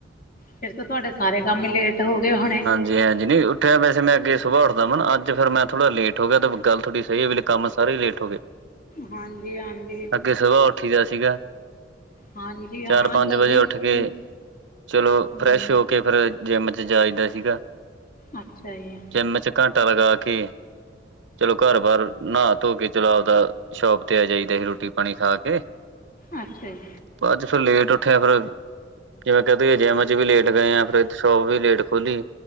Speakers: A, on the left (about 50°); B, on the right (about 75°).
A: ਫੇਰ ਤੋ ਤੁਹਾਡੇ ਸਾਰੇ ਕੰਮ ਹੀ ਲੇਟ ਹੋ ਗਏ ਹੋਣੇ।
B: ਜੀ ਹਾਂਜੀ ਨਹੀਂ ਉਠਿਆ ਮੈਂ ਵੈਸੇ ਅੱਗੇ ਸੁਬਾਹ ਉੱਠਦਾ ਹੁੰਨਾ ਨਾ ਅੱਜ ਫੇਰ ਮੈਂ ਥੋੜਾ ਲੇਟ ਹੋ ਗਿਆ ਤਾਂ ਗੱਲ ਥੋਡੀ ਸਹੀ ਵੀ ਕੰਮ ਸਾਰੇ ਹੀ ਲੇਟ ਹੋ ਗਏ।
A: ਹਾਂਜੀ- ਹਾਂਜੀ।
B: ਅੱਗੇ ਸੁਬਾਹ ਉੱਠੀ ਦਾ ਸੀਗਾ।
A: ਹਾਂਜੀ ਹਾਂ
B: ਚਾਰ- ਪੰਜ
A: ਜਲਦੀ
B: ਵਜੇ ਉੱਠ
A: ਉੱਠਣ
B: ਕੇ, ਚਲੋ
A: ਹੂੰ,
B: ਫਰੈਸ਼ ਹੋ ਕੇ ਫੇਰ ਜਿੰਮ ਜਾ ਜਾਈਦਾ ਸੀਗਾ।
A: ਅੱਛਾ ਜੀ।
B: ਜਿੰਮ 'ਚ ਘੰਟਾ ਲਗਾ ਕੇ। ਚਲੋ, ਘਰ ਬਾਹਰ ਨਹਾ ਧੋ ਕੇ ਚਲੋ ਆਵਦਾ ਸੌਂਪ ਤੇ ਆ ਜਾਈਦਾ ਈ ਰੋਟੀ- ਪਾਣੀ ਖਾ ਕੇ।
A: ਅੱਛਾ ਜੀ।
B: ਪਰ ਅੱਜ ਫੇਰ ਲੇਟ ਉੱਠੇ ਆ ਫੇਰ, ਜਿਵੇਂ ਕਹਿ ਦੀਏ ਜਿੰਮ 'ਚ ਵੀ ਲੇਟ ਗਏ ਆ। ਫੇਰ ਸ਼ੋਪ ਵੀ ਲੇਟ ਖੋਲੀ,